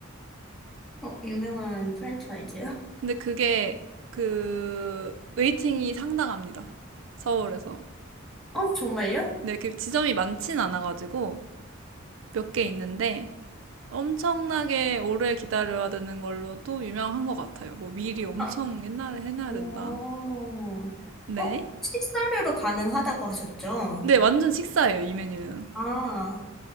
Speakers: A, in the centre; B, on the right.
A: 어, 유명한 프랜차이즈요?
B: 근데 그게, 그, 웨이팅이 상당합니다. 서울에서.
A: 어, 정말요?
B: 네, 그 지점이 많진 않아가지고, 몇 개 있는데, 엄청나게 오래 기다려야 되는 걸로도 유명한 것 같아요. 뭐, 미리 엄청
A: 아,
B: 옛날에 해놔야
A: 오.
B: 된다. 네.
A: 어, 식사료로 가능하다고 하셨죠?
B: 네, 완전 식사예요, 이 메뉴는.
A: 아,